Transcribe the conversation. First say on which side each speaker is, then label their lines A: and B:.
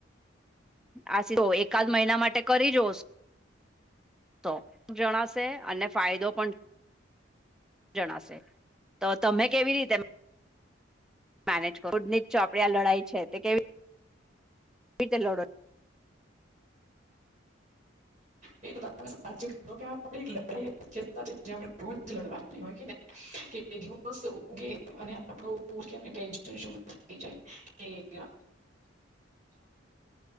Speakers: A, in the centre; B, on the right.
A: આ સી તો એકાદ મહિના માટે કરી જોસ તો જણાશે અને ફાયદો પણ જણાશે તો તમે કેવી રીતે મેનેજ કર કુડનીત ચોપડીયા લડાઈ છે તે કેવી રીતે લડો
B: એ તો ત સાચો કે લડા આપણે રોજ લડવાની હોયને કે બે દિવસ ઉગે અને આપડુ ટેન્શન વધી